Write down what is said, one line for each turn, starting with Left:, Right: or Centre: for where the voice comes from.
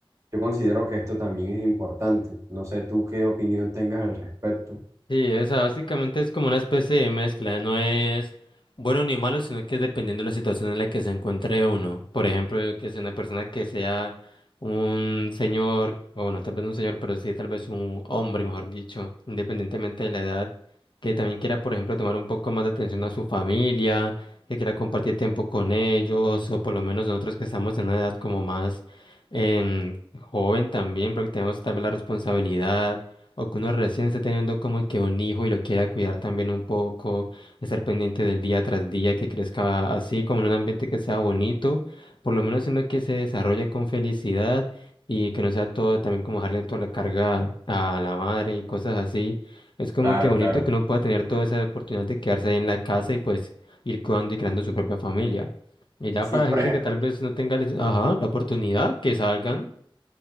Right: yo considero que esto también es importante. No sé tú qué opinión tengas al respecto.
Left: Sí, o sea, básicamente es como una especie de mezcla, no es bueno ni malo, sino que es dependiendo de la situación en la que se encuentre uno. Por ejemplo, que sea una persona que sea un señor, o bueno, tal vez no un señor, pero sí tal vez un hombre, mejor dicho, independientemente de la edad, que también quiera, por ejemplo, tomar un poco más de atención a su familia, que quiera compartir tiempo con ellos, o por lo menos nosotros que estamos en una edad como más em, joven también, porque tenemos también la responsabilidad. O que uno recién esté teniendo como que un hijo y lo quiera cuidar también un poco, estar pendiente del día tras día, que crezca así, como en un ambiente que sea bonito, por lo menos en lo que se desarrolle con felicidad y que no sea todo también como dejarle toda la carga a la madre y cosas así. Es como
Right: Claro,
Left: que bonito
Right: claro.
Left: que uno pueda tener toda esa oportunidad de quedarse ahí en la casa y pues ir cuidando y creando su propia familia. Y ya
Right: Sí,
Left: para
Right: por
Left: la gente
Right: ejemplo,
Left: que tal vez no tenga, les- ajá, la oportunidad, que salgan.